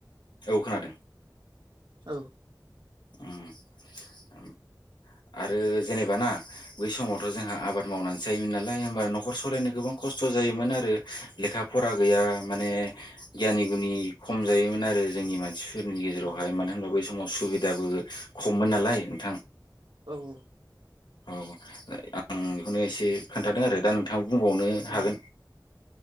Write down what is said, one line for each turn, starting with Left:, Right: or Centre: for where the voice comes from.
Left: औ खोनादों।
Right: औ
Left: उम उम आरो जेनेबा ना बै समावथ' जोंहा आबाद मावनासो जायोमोन नालाय होमबा न'खर सलायनो गोबां खस्थ' जायोमोन आरो लेखा फरा गैया माने गियानि गुनि खम जायोमोन आरो। जोंनि मानसिफोरनि गेजेरावहाय
Right: औ
Left: मानोहोनबा बै समाव सुबिदाबो खममोन नालाय नोंथां।
Right: औऔ
Left: औ आं बिखौनो एसे खोन्थादों आरो दा नों बुंबावनो
Right: औ
Left: हागोन।